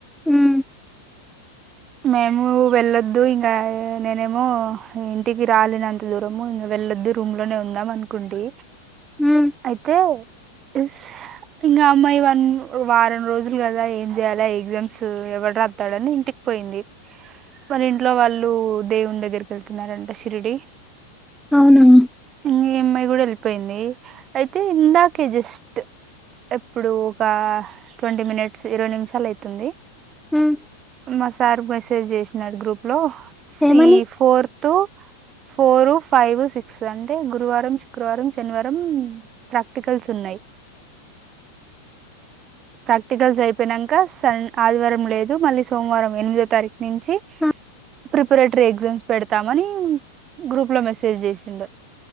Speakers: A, in the centre; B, on the right.
A: హమ్
B: మేము వెళ్ళొద్దు ఇంగా నేనేమో ఇంటికి రాలేనంత దూరము ఇ వెళ్ళొద్దు రూమ్లోనే ఉందాం అనుకుంటి
A: ఉమ్,
B: అయితే ఎస్ ఇంగా అ అమ్మాయి వన్ వారం రోజులు కదా ఏం జేయాలే ఎగ్జామ్స్ ఎవడ్ రాత్తడని ఇంటిక్ పోయింది మరి ఇంట్లో వాళ్ళు దేవున్ దగ్గరికి వెళ్తున్నారంట శిరిడి
A: అవునా
B: ఇఅమ్మాయ్ గూడ ఎళ్ళిపోయింది అయితే ఇందాకే జస్ట్ ఎప్పుడూ ఒకా ట్వంటీ మినిట్స్ ఇరవై నిమిషాలు అయితుంది
A: హమ్
B: మా సార్ బస్ సేజ్ చేశ్నాడ్ గ్రూప్ లో సీ
A: ఏమని
B: ఫోర్త్ ట ఫోర్, ఫైవ్, సిక్స్ అంటే గురువారం, శుక్రవారం, శనివారం ప్రాక్టికల్స్ ఉన్నాయి ప్రాక్టికల్స్ అయిపోయినంక సండ్ ఆదివారం లేదు మళ్ళీ సోమవారం ఎనిమిదో తారీఖు నించి
A: ఆ,
B: ప్రిపరేటరీ ఎగ్జామ్స్ పెడతామనీ గ్రూప్ లో మెసేజ్ చేసి న్డు